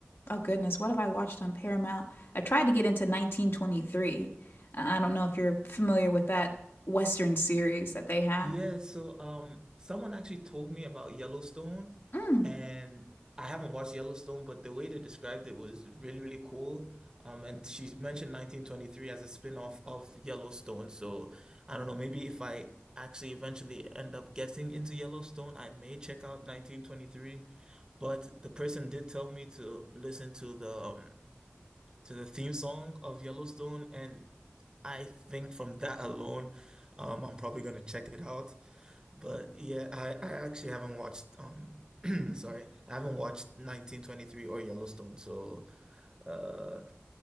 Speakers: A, on the left; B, on the right.
A: oh goodness, what have I watched on Paramount? I tried to get into 1923. Uh, I don't know if you're familiar with that Western series that they have.
B: Yeah, so um someone actually told me about Yellowstone
A: Mm.
B: and I haven't watched Yellowstone, but the way they described it was really, really cool. Um and she mentioned 1923 as a spin-off of Yellowstone. So I don't know, maybe if I actually eventually end up getting into Yellowstone, I may check out 1923. But the person did tell me to listen to the um, to the theme song of Yellowstone and I think from that alone, um, I'm probably gonna check it out. But yeah, I, I actually haven't watched um <clears throat> sorry, I haven't watched 1923 or Yellowstone. So uh